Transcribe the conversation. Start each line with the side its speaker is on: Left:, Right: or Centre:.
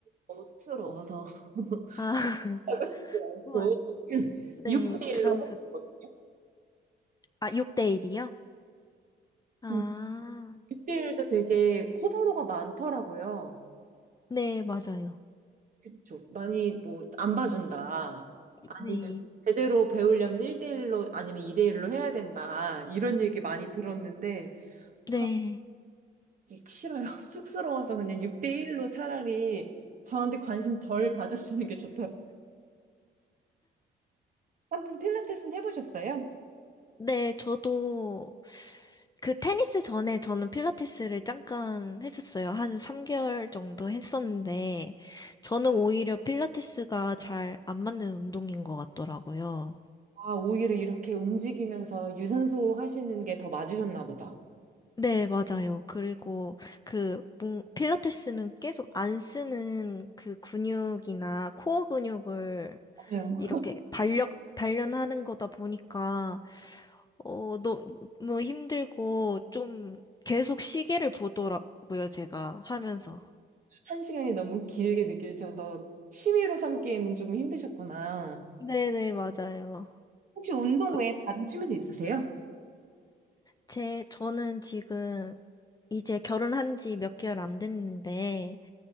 Right: 너무 쑥스러워서. <laughs>
Left: 아, <laughs>
Right: 하고 싶지 않고
Left: 우와. 네,
Right: 6대1로
Left: 부담스.
Right: 하고 있거든요.
Left: 아, 6대1이요? 아,
Right: 육 6대1도 되게 호불호가 많더라고요.
Left: 네, 맞아요.
Right: 그쵸. 많이 뭐 안 봐준다. 아니면
Left: 네,
Right: 제대로 배우려면 1대1로 아니면 2대1로 해야 된다. 이런 얘기 많이 들었는데 전
Left: 네,
Right: 싫어요. <laughs> 쑥스러워서 그냥 6대1로 차라리 저한테 관심 덜 가져주는 게 좋더라고요. 한번 필라테스는 해보셨어요?
Left: 네, 저도 그 테니스 전에 저는 필라테스를 잠깐 했었어요. 한 3개월 정도 했었는데, 저는 오히려 필라테스가 잘 안 맞는 운동인 것 같더라고요.
Right: 아, 오히려 이렇게 움직이면서 유산소 하시는 게 더 맞으셨나 보다.
Left: 네, 맞아요. 그리고 그 몽- 필라테스는 계속 안 쓰는 그 근육이나 코어 근육을
Right: 맞아요.
Left: 이렇게 달력 단련하는 거다 보니까 어 너무 힘들고 좀 계속 시계를 보더라고요, 제가 하면서.
Right: 한 시간이 너무 길게 느껴지셔서 취미로 삼기에는 조금 힘드셨구나.
Left: 네, 네, 맞아요.
Right: 혹시 운동
Left: 그,
Right: 외에 다른 취미도 있으세요?
Left: 제 저는 지금 이제 결혼한 지 몇 개월 안 됐는데